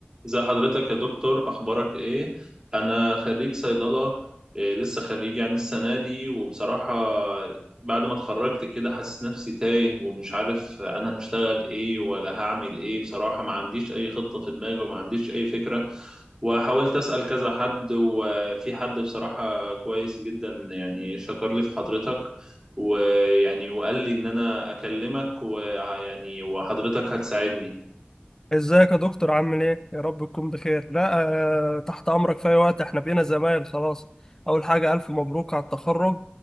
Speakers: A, on the right (about 20°); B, on the left (about 15°).
A: ازي حضرتك يا دكتور اخبارك ايه انا خريج صيدله إيه لسه خريج يعني السنه دي وبصراحه بعد ما اتخرجت كده حاسس نفسي تايه ومش عارف انا هشتغل ايه ولا هعمل ايه بصراحه ما عنديش اي خطه في دماغي وما عنديش اي فكره وحاولت اسال كذا حد وفي حد بصراحه كويس جدا يعني شكر لي في حضرتك ويعني وقال لي ان انا اكلمك ويعني وحضرتك هتساعدني
B: ازيك يا دكتور عامل ايه؟ يا رب تكون بخير. لا آه تحت امرك في اي وقت احنا بقينا زمايل خلاص. اول حاجة الف مبروك على التخرج